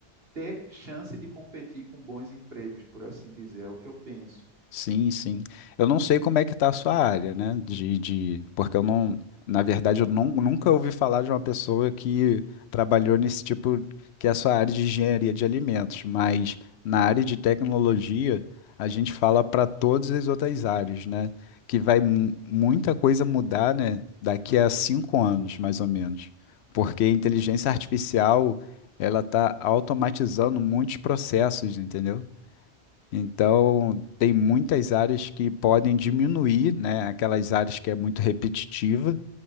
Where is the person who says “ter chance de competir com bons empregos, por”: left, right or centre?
Right